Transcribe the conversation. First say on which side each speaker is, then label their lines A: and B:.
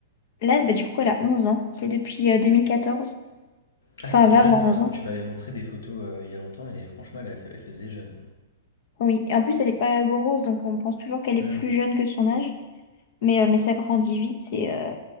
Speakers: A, on the left; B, on the left.
A: Là, bah, du coup, elle a 11 ans. C'est depuis euh, deux mille quatorze
B: Ah,
A: Enfin,
B: elle fait
A: elle va
B: jeune.
A: avoir
B: euh,
A: 11 ans.
B: tu m'avais montré des photos euh, il y a longtemps et franchement, elle, a fait- elle faisait jeune.
A: Oui. Et en plus, elle n'est pas grosse, donc on pense toujours qu'elle est
B: Hum,
A: plus jeune que son âge. Mais, euh, mais ça grandit vite et, euh,